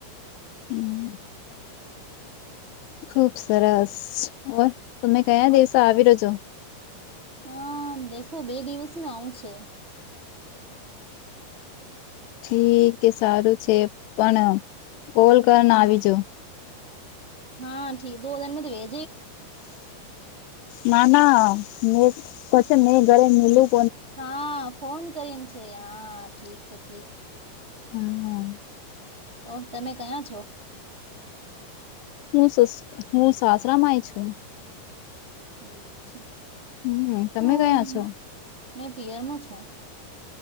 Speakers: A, on the left; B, on the right.
A: હમ ખુબ સરસ ઓર તમે કયા
B: ઓર
A: દિવસો આવી રહ્યોજો
B: હા દેખો બે દિવસ ન આવું છે હમ
A: ઠીક સારું છે પણ કોલ કરને આવીજો
B: હા ઠીક દો દનને દવેજ
A: ના ના મે પછી મેં ઘરે મીલું
B: હા ફોન કરીને છે હા ઠીક છે ઠીક
A: હા હા
B: ઓ તમે કયા છો
A: હું સસ હું સસરામાંય છું
B: ઠીક છે
A: હમ તમે
B: હું
A: કયા છો
B: મેં પિયરમાં છું